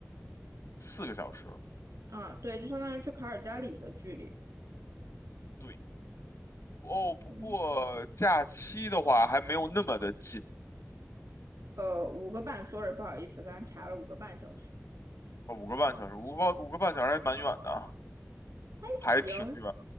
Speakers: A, on the left; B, on the right.
A: 四个小时。
B: 啊，对，就相当于去卡尔加里的距离。
A: 对，哦，不过假期的话还没有那么的紧，
B: 嗯，呃，五个半，sorry，不好意思，刚才查了五个半小时，
A: 哦，五个半小时，五个五个半小时还蛮远的。
B: 还行。
A: 还挺远